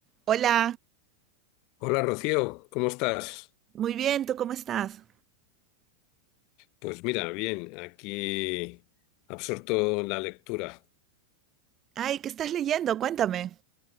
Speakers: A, on the right; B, on the left.
A: Hola,
B: Hola Rocío, ¿cómo estás?
A: muy bien, ¿tú cómo estás?
B: Pues mira, bien, aquí absorto en la lectura.
A: Ay, ¿qué estás leyendo? Cuéntame.